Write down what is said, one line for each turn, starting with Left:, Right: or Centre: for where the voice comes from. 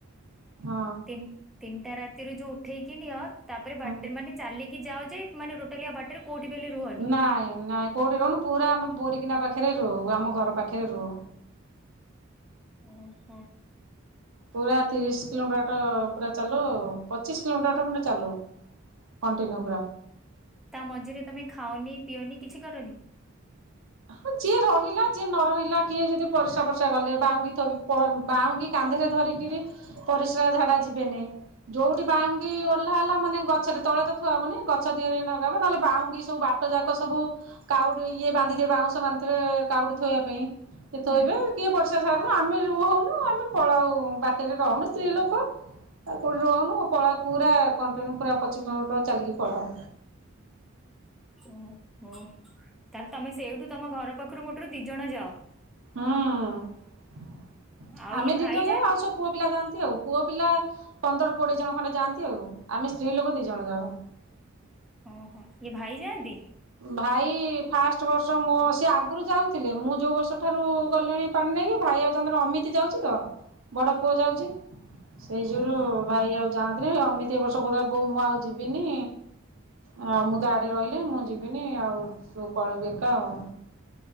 Right: ହଁ
Centre: ତିନ ତିନଟା ରାତିରୁ ଯୋଉ ଉଠେଇକି ନିଅ, ତାପରେ ବାଟରେ
Right: ହଁ
Centre: ମାନେ ଚାଲିକି ଯାଅ ଯେ ମାନେ ଟୋଟାଲି ଆଉ ବାଟରେ କୋଉଠି ବି ହେଲେ ରୁହନି।
Right: ନାଇଁ ନାଇଁ କୋଉଠି ରହୁନୁ, ପୁରା ଆମେ ବୋରିକିନା ପାଖରେ ପାଖରେ ରହୁ, ଆମ ଘର ପାଖରେ ରହୁ।
Centre: ଓହୋ।
Right: ପୁରା ତିରିଶ କିଲୋମିଟର ବାଟ ପୁରା ଚାଲଉ ଆଉ। ପଚିଶ କିଲୋମିଟର ବାଟ ଖଣ୍ଡେ ଚାଲଉ କଣ୍ଟିନ୍ୟୁ ପୁରା।
Centre: ତା ମଝିରେ ତମେ ଖାଅନି ପିଅନି କିଛି କରନି?
Right: ହଁ ଯିଏ ରହିଲା ଯିଏ ନ ରହିଲା, କିଏ ଯଦି ପରିସ୍ରା ଫରିଶ୍ରା ଗଲେ, ବାଉଙ୍ଗି ଥୋଇବି ବାଉଙ୍ଗି କାନ୍ଧରେ ଧରିକିରି ପରିସ୍ରା ଝାଡା ଯିବେନେଇ, ଯୋଉଠି ବାଉଙ୍ଗି ଓହ୍ଲାହେଲା ମାନେ ଗଛରେ ତଳେ ତ ଥୁଆ ହେବନି ଗଛ ଧିହରେ ନଗାହବ, ନହେଲେ ବାଉଁଙ୍ଗି ସବୁ ବାଟ ଯାକ ସବୁ କାଉଡି ଇଏ ବାନ୍ଧିଥିବେ ବାଉଁସ ବ ବାନ୍ଧିଥିବେ କାଉଡି ଥୋଇଆ ପାଇଁ, କିଏ ଥୋଇବେ
Centre: ହୁଁ।
Right: କିଏ ପରିସ୍ରା ବାଟସାରା ଆମେ ରୁହଉନୁ ଆମେ ପଳାଉ ବାଟରେ ରହଉନୁ ସ୍ତ୍ରୀ ଲୋକ ଆଉ କୋଉଠି ରୁହଉନୁ ପଳାଉ ପୁରା କଣ୍ଟିନ୍ୟୁ ପୁରା ପଚିଶି କିଲୋମିଟର ଚାଲିକି ପଳାଉ।
Centre: ହୁଁ ହୁଁ ତାହେଲେ ତମେ ସେଇଠୁ ତମ ଘର ପାଖରୁ ମୋଟୁରୁ ଦିଜଣ ଯାଅ?
Right: ହୁଁ।
Centre: ଆଉ
Right: ଆମେ
Centre: ଇଏ ଭାଇ
Right: ଦିଜଣ
Centre: ଯାଆନ୍ତି
Right: ଯାଉ ଆଉ ସବୁ ପୁଅ ପିଲା ଯାଆନ୍ତି ଆଉ। ପୁଅ ପିଲା ପନ୍ଦର କୋଡିଏ ଜଣ ଖଣ୍ଡେ ଯାଆନ୍ତି ଆଉ। ଆମେ ସ୍ତ୍ରୀ ଲୋକ ଦି ଜଣ ଯାଉ।
Centre: ଓହୋ ଇଏ ଭାଇ ଯାଆନ୍ତି?
Right: ଭାଇ ଫାଷ୍ଟ ବର୍ଷ ମୋ ସିଏ ଆଗରୁ ଯାଉଥିଲେ, ମୁଁ ଯୋଉ ବର୍ଷ ଠାରୁ ଗଲିଣି ପାନ୍ ଣି ନେଇକି, ଭାଇ ଯାଉଚନ୍ତି ଅମିତି ଯାଉଚି ତ, ବଡ ପୁଅ ଯାଉଚି ସେଇ ଯୁୁଗୁରୁ
Centre: ଓହୋ।
Right: ଭାଇ ଆଉ ଯାଆନ୍ତିନେଇ ଅମିତି ଏଇ ବର୍ଷ କଉଥିଲା ବୋଉ ମୁଁ ଆଉ ଯିବିନି, ଆ ମୁଁ ତ ଆଡେ ରହିଲେଇ ମୁଁ ଯିବି ଯିବିନି ଆଉ ତୁ ପଳେଇବୁ ଏକା ଆଉ।